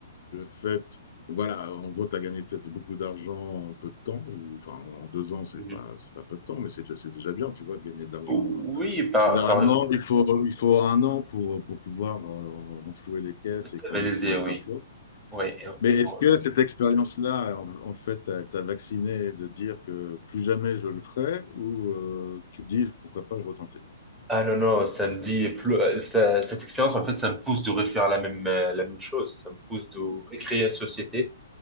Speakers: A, on the left; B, in the centre.
A: le fait, voilà, en gros, tu as gagné peut-être beaucoup d'argent en peu de temps, ou enfin en deux ans, c'est
B: Mhm.
A: pas, c'est pas peu de temps, mais c'est déjà, c'est déjà bien, tu vois, de gagner de l'argent.
B: O- Oui, par,
A: Généralement,
B: par
A: il faut, il faut un an pour, pour pouvoir euh, renflouer les caisses
B: stabilisé,
A: et quand même se mettre
B: oui.
A: à flot.
B: Ouais. et- ouais.
A: Mais est-ce que cette expérience-là, en, en fait, t'a t'a vacciné de dire que plus jamais je le ferai, ou euh, tu dis pourquoi pas le retenter?
B: Ah non, non, ça me dit, pleu- ça- cette expérience, en fait, ça me pousse de refaire la même, euh, la même chose. Ça me pousse de recréer la société